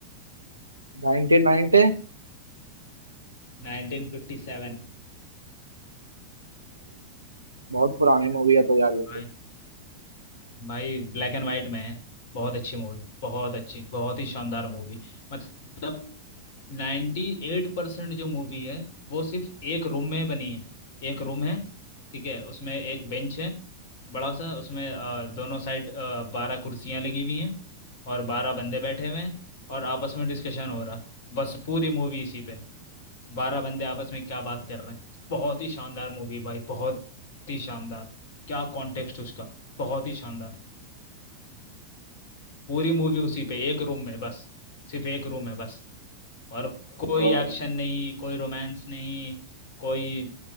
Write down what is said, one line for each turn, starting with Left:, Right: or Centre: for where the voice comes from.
Right: नाइनटीन नाइनटी
Left: 1957
Right: बहुत पुरानी मूवी है तो यार ये
Left: भाई भाई ब्लैक एंड वाइट में है बहुत अच्छी मूवी बहुत अच्छी बहुत ही शानदार मूवी मतलब नाइन्टी एट परसेंट जो मूवी है वो सिर्फ एक रूम में बनी है एक रूम है ठीक है उसमें एक बेंच है बड़ा सा उसमें अ, दोनों साइड बारह कुर्सियां लगी हुई हैं और बारह बंदे बैठे हुए हैं और आपस में डिस्कशन हो रहा बस पूरी मूवी इसी पे बारह बंदे आपस में क्या बात कर रहे हैं बहुत ही शानदार मूवी भाई बहुत ही शानदार क्या कॉन्टेक्स्ट उसका बहुत ही शानदार पूरी मूवी उसी पे एक रूम में बस सिर्फ एक रूम है बस और कोई
Right: तो
Left: एक्शन नहीं कोई रोमांस नहीं कोई